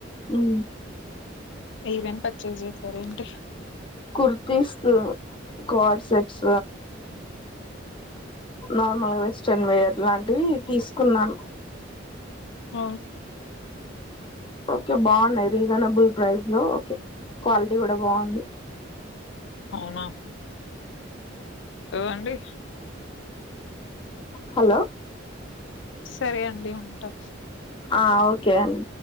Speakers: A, on the left; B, on the left.
A: ఉ
B: ఇవెం పర్చేస్్ చేసారు ంట
A: kurtis co-ord sets normal western wear లాంటివి తీసుకున్నాను
B: ఆ
A: ఓకే బాగున్నాయి రీజనబుల్ ప్రైస్ లో ఓకే క్వాలిటీ కూడా బాగుంది
B: అవునాప్ప అంటే
A: హలో
B: సరే అండి ఉంటా
A: ఆ ఓకేండి